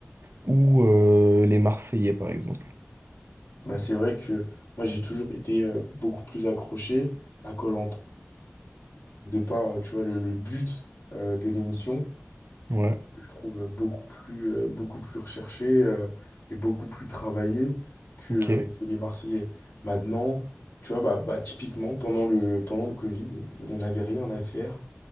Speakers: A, on the right (about 55°); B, on the left (about 80°).
A: ou euh, Les Marseillais, par exemple.
B: Bah, c'est vrai que moi j'ai toujours été euh, beaucoup plus accroché à koh de par, euh, tu vois, le, le but euh, de l'émission
A: Ouais,
B: que je trouve euh, beaucoup plus, euh, beaucoup plus recherché euh, et beaucoup plus travaillé que,
A: ok,
B: euh, que les Marseillais. Maintenant, tu vois, bah, bah, typiquement, pendant le, pendant le Covid, on n'avait rien à faire.